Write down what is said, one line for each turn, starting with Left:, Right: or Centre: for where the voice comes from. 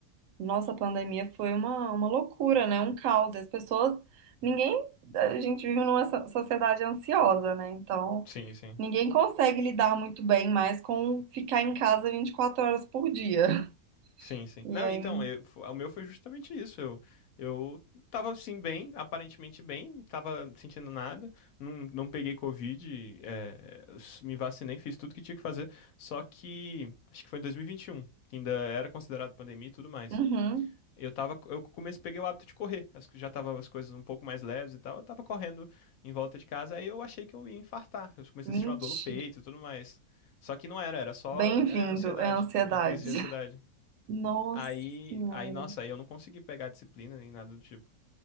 Right: nossa, a pandemia foi uma, uma loucura, né? Um caos. As pessoas, ninguém, a gente vive numa so- sociedade ansiosa, né? Então,
Left: sim, sim.
Right: ninguém consegue lidar muito bem mais com ficar em casa 24 horas por dia. <laughs>
Left: Sim, sim.
Right: E
Left: Não,
Right: aí,
Left: então, eu, fo- o meu foi justamente isso. Eu, eu tava assim bem, aparentemente bem, não tava sentindo nada, não, não peguei Covid, é, s- me vacinei, fiz tudo que tinha que fazer. Só que acho que foi em 2021, que ainda era considerado pandemia e tudo mais.
Right: uhum,
Left: Eu tava, eu comecei, peguei o hábito de correr. Acho que já tava as coisas um pouco mais leves e tal. Eu tava correndo em volta de casa, aí eu achei que eu ia infartar. Eu comecei
Right: mentira.
Left: a sentir uma dor no peito e tudo mais. Só que não era, era só,
Right: Bem-vindo,
Left: é, ansiedade,
Right: é ansiedade.
Left: uma crise de ansiedade.
Right: <laughs> Nossa
Left: Aí,
Right: Senhora.
Left: aí, nossa, aí eu não consegui pegar a disciplina nem nada do tipo,